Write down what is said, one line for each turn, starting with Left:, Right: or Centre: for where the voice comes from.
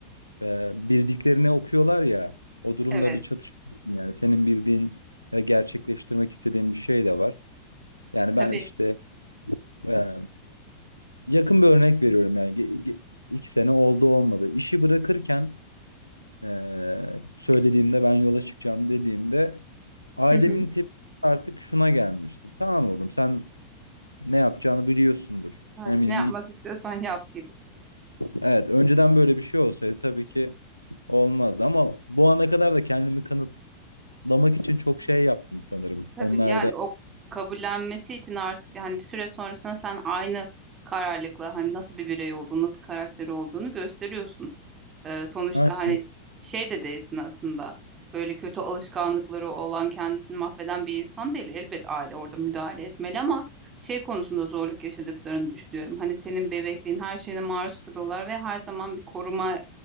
Left: e, bildiklerini okuyorlar ya. O durumda
Right: Evet.
Left: bir çatışıyorsun yani. Senin bildiğin ve gerçekleştirmek istediğin bir şey de var. Yani
Right: Tabii.
Left: ben işte e, yakın bir örnek veriyorum yani. Ge- ge- iki sene oldu olmadı. İşi bırakırken e, söylediğimde ben yola çıkacağım dediğimde ailemin
Right: Hı hı.
Left: tepkisi artık şuna gelmişti. Tamam oğlum sen ne yapacağını biliyorsundur.
Right: Yani
Left: Eminim.
Right: ne yapmak istiyorsan yap gibi.
Left: Evet önceden böyle bir şey olsaydı tabii ki Olmaz ama bu ana kadar da kendimi kanıt lamak için çok şey yaptım sanırım.
Right: Tabii
Left: Onlar
Right: yani
Left: da
Right: o kabullenmesi için artık hani bir süre sonrasında sen aynı kararlılıkla hani nasıl bir birey olduğunu, nasıl karakteri olduğunu gösteriyorsun. Ee, sonuçta
Left: Aynen.
Right: hani şey de değilsin aslında. Böyle kötü alışkanlıkları olan kendisini mahveden bir insan değil. Elbet aile orada müdahale etmeli ama şey konusunda zorluk yaşadıklarını düşünüyorum. Hani senin bebekliğin her şeyine maruz kalıyorlar ve her zaman bir koruma